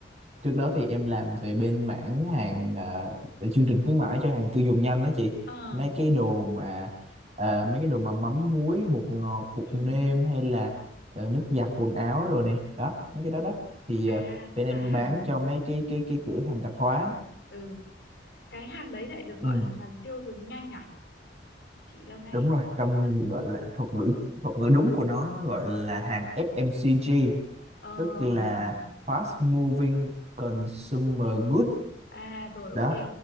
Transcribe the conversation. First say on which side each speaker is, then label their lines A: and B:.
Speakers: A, on the right; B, on the left.
A: trước đó thì em làm về bên mảng hàng à, về chương trình khuyến mãi cho hàng tiêu dùng nhanh đó chị
B: Ờ,
A: mấy cái đồ mà à, mấy cái đồ mà mắm muối bột ngọt bột
B: ừ.
A: nêm
B: ừ.
A: hay là ờ, nước giặt quần áo rồi nè đó mấy cái đó đó thì
B: À,
A: à, bên
B: tức là
A: em
B: hàng,
A: bán cho mấy cái cái cái cửa hàng tạp hóa
B: ừ, cái hàng đấy lại được
A: Ừ,
B: gọi là hàng tiêu dùng nhanh à? Chị lâu nay,
A: đúng rồi trong
B: lâu,
A: gọi là thuật ngữ thuật ngữ đúng của nó nó gọi là hàng FMCG
B: ờ,
A: tức là
B: ừ.
A: Fast Moving Consumer Good
B: à rồi ok.
A: đó